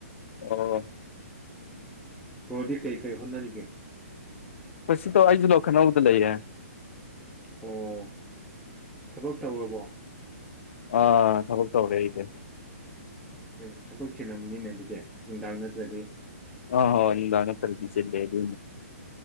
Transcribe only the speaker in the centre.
ꯄ꯭ꯔꯣꯗꯤ ꯀꯔꯤ ꯀꯔꯤ ꯍꯣꯠꯅꯔꯤꯒꯦ
ꯑꯣ ꯊꯕꯛ ꯇꯧꯔꯕꯣ
ꯑꯣꯀꯦ ꯑꯣꯀꯦ ꯊꯕꯛꯀꯤꯤꯂꯝꯅꯤꯅꯦ ꯑꯗꯨꯗꯤ ꯅꯨꯡꯗꯥꯡ ꯅꯠꯇ꯭ꯔꯗꯤ